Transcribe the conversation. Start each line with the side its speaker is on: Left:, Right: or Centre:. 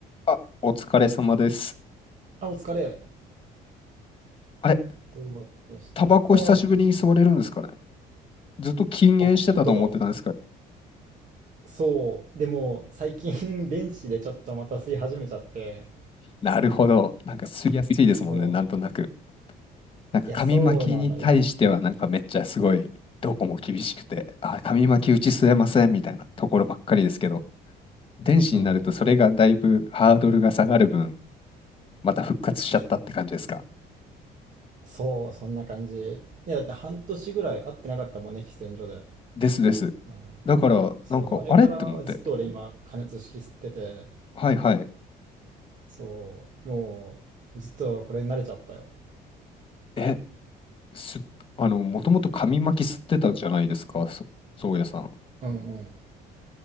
Left: あ、お疲れ様です。
Right: あ、お疲れ。
Left: あれ、
Right: どうしたああ、
Left: タバコ久しぶりに吸われるんですかねずっと禁煙してたと思ってたんですけど。
Right: あ、本当だ。そう。でも、最近 <laughs> 電子でちょっとまた吸い始めちゃって。
Left: なるほど。なんか吸いやすいですもんね、
Right: そう。
Left: なんとなく。なんか紙巻きに対してはなんかめっちゃすごい、
Right: いや、そうなのよ。
Left: どこも厳しくて、あ、紙巻きうち吸えませんみたいなところばっかりですけど、電子になるとそれがだいぶハードルが下がる分、
Right: うん。
Left: また復活しちゃったって感じですか。
Right: そう。そう、そんな感じ。いや、だって半年ぐらい会ってなかったもんね、喫煙所で。
Left: ですです。
Right: うん。
Left: だから、
Right: そう。
Left: なんか、
Right: あれからずっと俺今、
Left: あれって思って、
Right: 加熱式吸ってて、
Left: はいはい。
Right: そう。もう、ずっとこれに慣れちゃったよ。
Left: え、す、あの、もともと紙巻き吸ってたじゃないですか、そ、宗谷さん。
Right: うんうん。